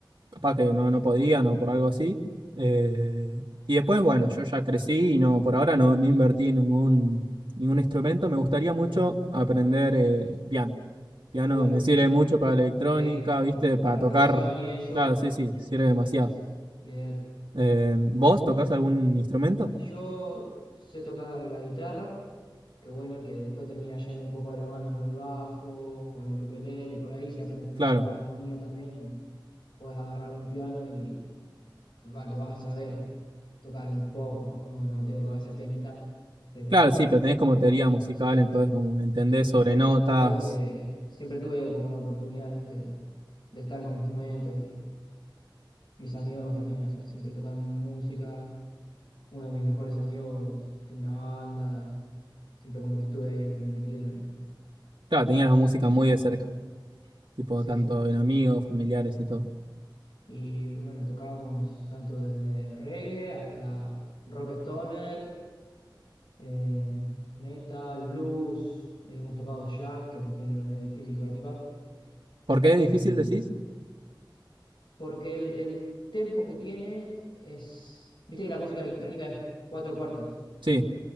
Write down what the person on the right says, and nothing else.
Capaz que no,
no podían
o por algo así. Eh, y después, bueno, yo ya crecí y no, por ahora no, no invertí en ningún, ningún instrumento. Me gustaría
mucho
aprender eh, piano. Piano
me sirve mucho
para la electrónica,
viste, para
tocar.
Claro, sí, sí, sirve demasiado.
Eh, ¿vos tocás
algún instrumento?
Claro.
Claro, sí, pero tenés como teoría musical,
entonces como entendés
sobre notas.
Claro, tenías la música
muy de cerca, tipo
tanto en amigos, familiares y todo.
¿Por qué
es difícil decís?
Sí.